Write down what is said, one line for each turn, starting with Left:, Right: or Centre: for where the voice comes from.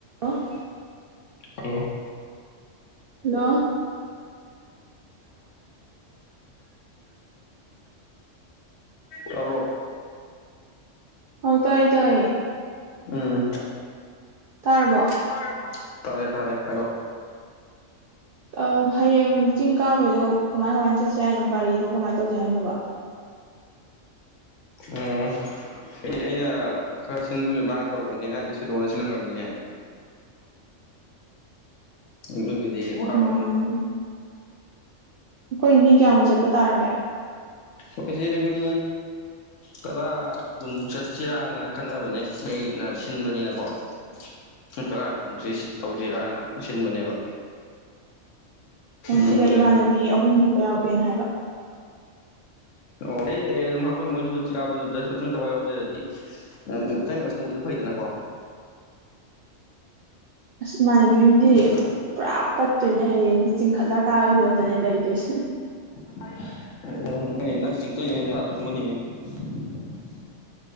Right: ꯑ <inaudible>
Left: ꯑꯦ
Right: ꯍꯜꯂꯣ
Left: <inaudible> ꯇꯥꯕ꯭ꯔꯣ
Right: ꯑꯧ ꯇꯥꯏꯌꯦ ꯇꯥꯏꯌꯦ
Left: ꯎꯝ
Right: ꯇꯥꯔꯕꯣ
Left: ꯇꯔꯕꯣ ꯇꯥꯔꯦ ꯇꯥꯔꯦ ꯍꯥꯏꯔꯛꯑꯣ
Right: ꯑꯥ ꯍꯌꯦꯡ ꯆꯤꯡ ꯀꯥꯕꯩꯗꯣ ꯀꯃꯥꯏ ꯀꯃꯥꯏꯅ ꯆꯠꯁꯤ ꯍꯥꯏꯅꯣ ꯒꯥꯔꯤꯗꯣ ꯑꯗꯣ ꯀꯃꯥꯏꯅ ꯇꯧꯁꯦ ꯍꯥꯏꯅꯣꯕ
Left: ꯎꯝ ꯑꯩꯗꯤ ꯑꯩꯅ ꯈꯔ ꯁꯤꯟ ꯂꯥꯡ ꯇꯧꯕꯅꯤꯅ ꯑꯗꯨꯒꯤ ꯁꯤꯂꯣꯅ ꯁꯤꯜꯍꯜꯈ꯭ꯔꯕꯅꯤꯅꯦ ꯑꯗꯨꯒꯤꯗꯤ ꯋꯥꯔꯣꯅꯨ
Right: ꯎꯝ ꯑꯩꯈꯣꯏ ꯃꯤ ꯀꯌꯥꯃꯨꯛ ꯆꯠꯄ ꯇꯥꯔꯒꯦ
Left: ꯑꯩꯈꯣꯏꯁꯦ ꯃꯤ ꯇꯗꯥ ꯀꯨꯟꯃꯨꯛ ꯆꯠꯁꯤꯔꯥꯅ ꯈꯟꯅꯕꯅꯦ ꯑꯩꯅ ꯁꯤꯟꯕꯅꯤꯅꯀꯣ ꯄꯨꯡ ꯇꯔꯥ ꯀꯨꯟꯃꯨꯛꯁꯦ ꯇꯧꯁꯤꯔꯥꯅ ꯁꯤꯟꯕꯅꯦꯕ
Right: ꯄꯨꯟꯁꯤꯗ
Left: ꯎꯝ ꯅꯪ
Right: ꯏꯃꯥꯟꯅꯕꯤ ꯑꯍꯨꯝꯃꯨꯛꯀ ꯌꯥꯎꯒꯦ ꯍꯥꯏꯕ
Left: ꯑꯣ ꯑꯩ ꯑꯗꯨꯝ ꯍꯥꯄꯜꯂꯣ ꯃꯣꯏꯁꯨ ꯆꯤꯡ ꯀꯥꯕꯗꯨꯗ ꯃꯊꯟ ꯊꯋꯥꯏ ꯌꯥꯎꯖꯔꯗꯤ ꯍꯥꯏꯗꯤ ꯎꯝ ꯎꯝ ꯑꯆꯡꯕ ꯁꯃꯨꯗꯨꯁꯨ ꯐꯩꯗꯅꯀꯣ
Right: ꯑꯁ ꯏꯃꯥꯟꯅꯕꯤ ꯍꯌꯦꯡꯗꯤ
Left: ꯎꯝ
Right: ꯄꯨꯔꯥ ꯄꯠꯇꯣꯏꯅꯦ ꯍꯌꯦꯡꯁꯦ ꯆꯤꯡꯈꯠꯂ ꯀꯥꯕꯒꯤ ꯐꯤꯕꯝꯗꯅꯦ ꯂꯩꯗꯣꯏꯁꯦ
Left: <inaudible>